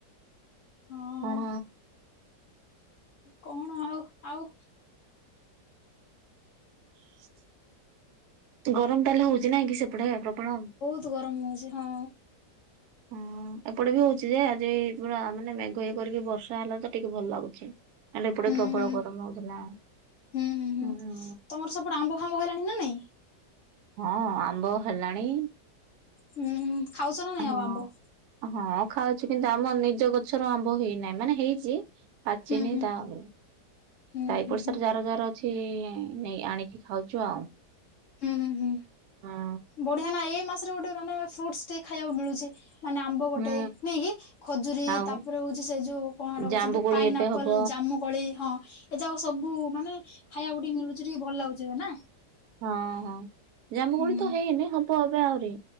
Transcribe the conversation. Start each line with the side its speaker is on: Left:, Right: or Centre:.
Left: ହଁ
Right: କଣ
Left: କଣ ଆଉ ଆଉ।
Right: <inaudible> ତି ଗରମ ତାହେଲେ ହଉଚି ନାଇଁ କି ସେପଟେ ପ୍ରବଳ?
Left: ବହୁତୁ ଗରମ ହଉଚି ହଁ।
Right: ହୁଁ ଏପଟେ ବି ହଉଚି ଯେ ଆଜି ପୁରା ମାନେ ମେଘ ଇଏ କରିକି ବର୍ଷା ହେଲା ତ ଟିକେ ଭଲ ଲାଗୁଚି। କାଲି ଏପଟେ
Left: ହୁଁ
Right: ପ୍ରବଳ
Left: ହୁଁ
Right: ଗରମ ହଉଥିଲା।
Left: ହୁଁ ହୁଁ ହୁଁ
Right: ଉହୁଁ।
Left: ତମର ସେପଟେ ଆମ୍ବ ଫାମ୍ୱ ହେଲାଣି ନା ନାଇଁ?
Right: ହଁ ଆମ୍ବ ହେଲାଣି।
Left: ହୁଁ ହୁ ଖାଉସଲ ନା
Right: ହଁ
Left: ନାଇଁ ଆଉ ଆମ୍ବ?
Right: ହଁ ଖାଉଛି କିନ୍ତୁ ଆମ ନିଜ ଗଛର ଆମ୍ବ ହେଇନାହିଁ ମାନେ ହେଇଚି। ପାଚିନି
Left: ହୁଁ ହୁଁ
Right: ଟାଉ
Left: ହୁଁ
Right: ସାଇପଡି
Left: ହୁଁ
Right: ସାର
Left: ହୁଁ
Right: ଯାର-ଯାର ଛିଇଁ ନେଇ ଆଣିକି ଖାଉଚୁ ଆଉ।
Left: ହୁଁ ହୁଁ ହୁଁ
Right: ହଁ
Left: ବଢିଆ ନାଏ ଏ ମାସରେ ଗୋଟେ ମାନେ ଫ୍ରୁଟସ୍ ଟିକେ ଖାଇଆକୁ ମିଳୁଛି ମାନେ ଆମ୍ବ ଗୋଟେ,
Right: ହୁଁ
Left: ନେଇକି? ଖଜୁରୀ
Right: ଆଉ
Left: ତାପରେ ହଉଚି ସେ ଯୋଉ କଣ ହେଟା
Right: ଜାମ୍ବୁକୋଳି
Left: କହୁଛନ୍ତି? ପାଇନାପଲ୍
Right: ଏବେ ହବ
Left: ଜାମୁକଳି ହଁ। ଏ ଯାଉ ସବୁ ମାନେ ଖାଇବାକୁ ଟିକେ ମିଳୁଚି ଟିକେ ଭଲ ଲାଗୁଚି ଏବେ ନା?
Right: ହଁ ହଁ, ଜାମୁକୋଳି
Left: ହୁଁ
Right: ତ ହେଇନି ହବ ଏବେ ଆହୁରି।